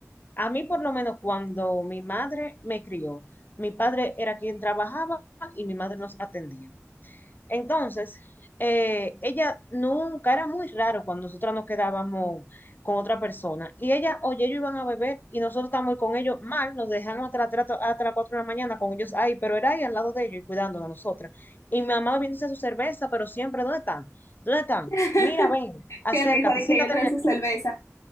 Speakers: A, on the left; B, on the left.
A: a mí por lo menos cuando mi madre me crió, mi padre era quien trabajaba y mi madre nos atendía. Entonces, eh, ella nunca, era muy raro cuando nosotras nos quedábamos con otra persona. Y ella, oye, ellos iban a beber y nosotros estábamos con ellos mal, nos dejaron hasta, la- hasta, hasta las 4 de la mañana con ellos ahí, pero era ahí al lado de ellos y cuidándonos a nosotras. Y mi mamá bebiéndose su cerveza, pero siempre, ¿dónde están? ¿Dónde están?
B: <laughs>
A: Mira, ven, acércate,
B: Qué risa de
A: siéntate
B: que viendo de
A: aquí.
B: su cerveza.